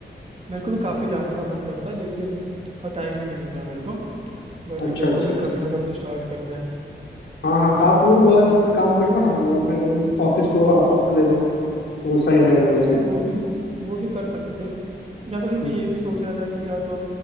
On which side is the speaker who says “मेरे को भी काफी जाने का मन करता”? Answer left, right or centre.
Right